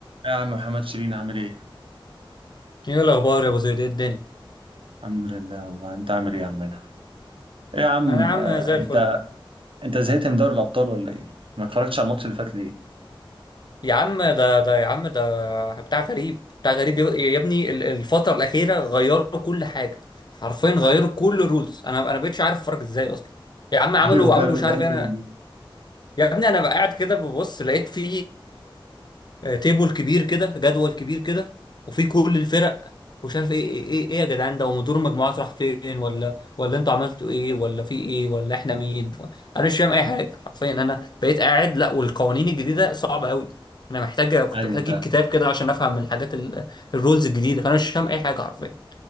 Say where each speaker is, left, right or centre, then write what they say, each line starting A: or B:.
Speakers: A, on the right; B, on the left.
A: يا عم محمد شيرين عامل ايه؟
B: ايه الاخبار يا ابو زيد ايه الدنيا
A: الحمد لله والله انت عامل ايه يا عمنا؟ ايه يا عم
B: انا يا عم
A: آه،
B: زي الفل
A: انت انت زهقت من دوري الابطال ولا ايه؟ ما اتفرجتش على الماتش اللي فات ليه؟
B: يا عم ده ده يا عم ده بتاع غريب بتاع غريب يا يا ابني ال- الفتره الاخيره غيروا كل حاجه حرفيا غيروا كل الرولز انا انا بقتش عارف اتفرج ازاي اصلا يا عم
A: <laughs>
B: عملوا
A: ايوه فعلا
B: عملوا مش
A: غير
B: عارف ايه
A: كل دول
B: يا ابني انا بقى قاعد كده ببص لقيت في تيبل كبير كده جدول كبير كده وفي كل الفرق ومش عارف ايه ايه ايه, إيه يا جدعان ده ومدير المجموعات راح فين ولا ولا انتوا عملتوا ايه ولا في ايه ولا احنا مين انا مش فاهم اي حاجه حرفيا انا بقيت قاعد لا والقوانين الجديده صعبه قوي انا محتاج كنت
A: ايوه
B: محتاج اجيب
A: فعلا
B: كتاب كده عشان افهم الحاجات ال- الرولز الجديده فانا مش فاهم اي حاجه حرفيا